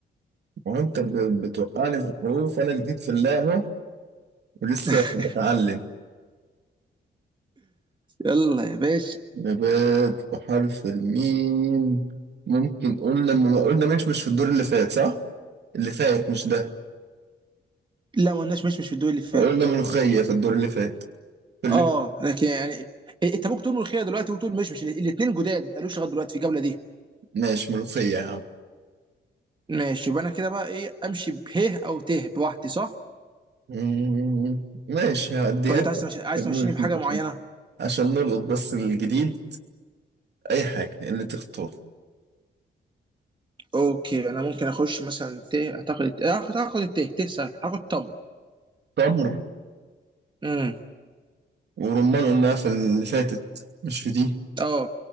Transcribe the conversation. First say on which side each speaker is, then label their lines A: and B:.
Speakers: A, on the right (about 65°); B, on the right (about 25°).
A: وانت ب- بتوقعني في الحروف وانا جديد في اللعبه ولسه
B: <laughs>
A: بتعلم
B: يلا يا باشا
A: نبات بحرف الميم ممكن قلنا ما قلنا مش مش في الدور اللي فات صح؟ اللي فات مش ده
B: لا ما قلناش مش مش في الدور اللي فات
A: قلنا ملوخية في الدور اللي فات في اللي
B: اه لكن يعني إيه، انت ممكن تقول ملوخيه دلوقتي ممكن تقول مش مش الاثنين جداد ما اتقالوش لغايه دلوقتي في الجوله دي
A: ماشي ملوخية يا عم
B: ماشي يبقى انا كده بقى ايه امشي به او ته بوحدي صح؟
A: مم، ماشي هعديها
B: ولا انت
A: لك.
B: عايز تمشي... عايز
A: خلينا
B: تمشيني
A: نشوف
B: بحاجه
A: عشان
B: معينه؟
A: عشان نلقط بس الجديد أي حاجة اللي تختار
B: اوكي انا ممكن اخش مثلا ته اعتقد هاخد هاخد الته ته سهل هاخد طم
A: تمر
B: امم
A: ورمان قلناها في اللي فاتت مش في دي
B: اه